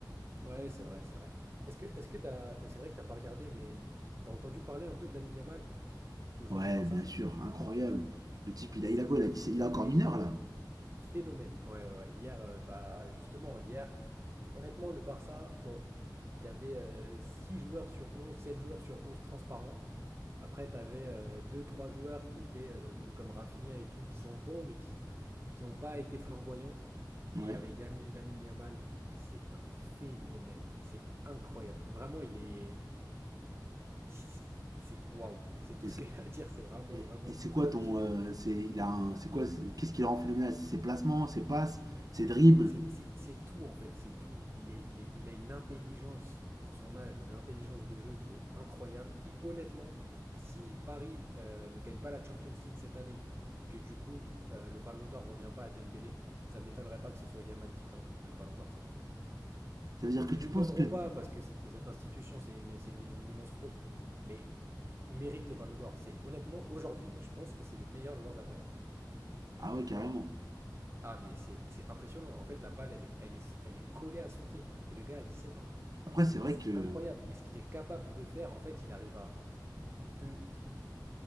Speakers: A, on the right; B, on the right.
A: Ouais, c'est vrai, c'est vrai. Est-ce que, est-ce que t'as, t'as- c'est vrai que t'as pas regardé, mais t'as entendu parler un peu de Lamine Yamal, le joueur
B: Ouais,
A: du Barça?
B: bien sûr. Incroyable. Le type, il
A: C'est
B: a, il a quoi il
A: un
B: a, 17
A: phé-
B: il a encore mineur, là.
A: phénomène. Ouais, ouais, ouais. Hier, euh, bah justement, hier, honnêtement, le Barça, bon, il y avait euh, 6 joueurs sur 11, 7 joueurs sur 11 transparents. Après, t'avais avais 2-3 joueurs qui étaient euh, comme Rafinha et tout, qui sont bons, mais qui qui n'ont pas été flamboyants.
B: Ouais.
A: Et il y avait Yami- Lamine Yamal. Mais c'est un phénomène. C'est incroyable. Vraiment, il est. il- c'est c'est- waouh, c'est tout
B: Et
A: ce qu'il y a à dire, c'est vraiment,
B: Et,
A: vraiment
B: et c'est quoi
A: impressionnant.
B: ton. euh, c'est il a un- c'est quoi c'est- Qu'est-ce qui le rend phénoménal C'est ses placements, ses passes, ses dribbles.
A: C'est c'est- c'est tout en fait, c'est tout. Il est, il est- il a une intelligence pour son âge, une intelligence de jeu qui est incroyable. Et honnêtement, si Paris euh, ne gagne pas la Champions League cette année et que du coup euh, le Ballon d'Or revient pas à Dembélé, ça m'étonnerait pas que ce soit Yamal qui prenne le Ballon d'Or cette année.
B: Ça veut dire que
A: Ils
B: tu
A: le
B: penses
A: donneront
B: que.
A: pas parce que cette, cette institution, c'est une, c'est une- une immense fraude. Mais il mérite le Ballon d'Or. C'est honnêtement aujourd'hui, je pense que c'est le meilleur joueur de la planète.
B: Ah ouais, carrément.
A: Ah, mais c'est c'est impressionnant. En fait, la balle, elle est, elle est, elle est collée à son pied. Et le gars a dix sept ans.
B: Après,
A: C'est
B: c'est vrai
A: c'est
B: que
A: incroyable. Et ce qu'il est capable de faire, en fait, il arrive à. Il, il te, il te- il-